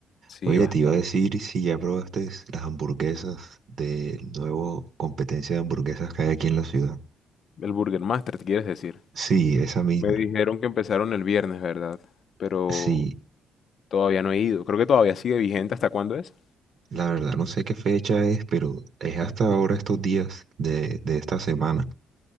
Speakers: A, on the left (about 60°); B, on the right (about 65°).
A: sí,
B: Oye,
A: bastante.
B: te iba a decir si ya probaste las hamburguesas del nuevo competencia de hamburguesas que hay aquí en la ciudad.
A: El Burger Master, quieres decir?
B: Sí, esa misma.
A: Me dijeron que empezaron el viernes, ¿verdad? Pero
B: Sí,
A: todavía no he ido. Creo que todavía sigue vigente. ¿Hasta cuándo es?
B: la verdad no sé qué fecha es, pero es hasta ahora estos días de, de esta semana.